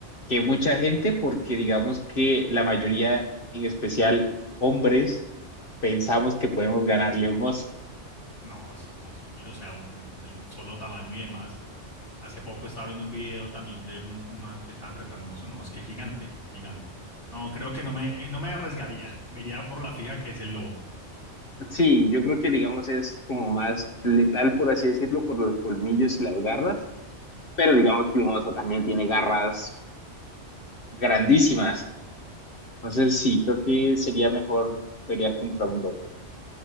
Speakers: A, on the left (about 50°); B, on the left (about 65°).
A: que mucha gente,
B: sí.
A: porque digamos que la mayoría, en especial hombres, pensamos que podemos ganarle a un oso.
B: No, es imposible. O sea, un, el solo tamaño y demás. Hace poco estaba viendo un video también de un man que estaba enfrentando unos oso. no, es que es gigante, gigante. No, creo que no me, no me arriesgaría. <laughs> Me iría por la fija que es el lobo.
A: Sí, yo creo que digamos es como más letal, por así decirlo, por los colmillos y las garras, pero digamos que un oso también tiene garras Grandísimas. Entonces, sí, creo que sería mejor pelear contra un lobo.